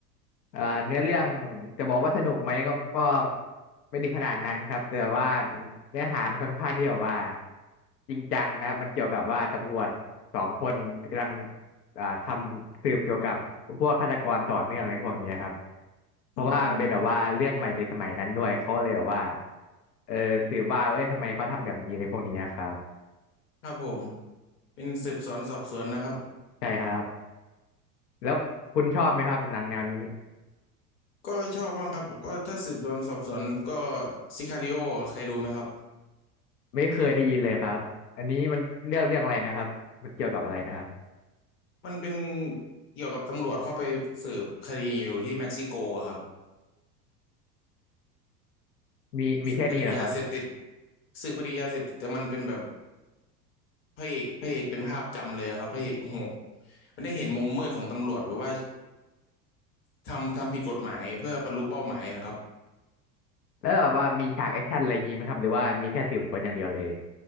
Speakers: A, on the left (about 70°); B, on the left (about 25°).
A: เอ่อเนื้อเรื่องจะบอกว่าสนุกไหมก็ก็ไม่ถึงขนาดนั้นครับแต่ว่าเนื้อหามันค่อนข้างที่แบบว่าจริงจังนะครับมันเกี่ยวกับว่าตำรวจสองคนกำลังอ่าทำสืบเกี่ยวกับพวกฆาตกรต่อเนื่องอะไรพวกนี้ครับเพราะว่ามันเป็นแบบว่าเรื่องใหม่ในสมัยนั้นด้วยเขาเลยแบบว่า
B: อืม
A: เออสืบว่าเอ้ยทำไมเขาทำแบบนี้อะไรพวกนี้ครับ
B: ครับผมเป็นสืบสวนสอบสวนนะครับ
A: ใช่ครับแล้วคุณชอบไหมครับหนังแนวนี้
B: ก็ชอบบ้างครับก็ถ้าสืบสวนสอบสวนก็ซิคาริโอเคยดูไหมครับ
A: ไม่เคยได้ยินเลยครับอันนี้มันเรื่องเรื่องอะไรนะครับมันเกี่ยวกับอะไรนะครับ
B: มันเป็นเกี่ยวกับตำรวจเข้าไปสืบคดีอยู่ที่เม็กซิโกอะครับ
A: มีมีแค่นี้เหรอครับ
B: สืบคดียาเสพติดสืบคดียาเสพติดแต่มันเป็นแบบ พระเอกพระเอกเป็นภาพจำเลยครับพระเอกโหดมันได้เห็นมุมมืดของตำรวจรืว่าทำทำผิดกฎหมายเพื่อบรรลุเป้าหมายนะครับ
A: แล้วแบบว่ามีฉากแอคชั่นอะไรอย่างงี้ไหมครับหรือว่ามีแค่สืบสวนอย่างเดียวเลย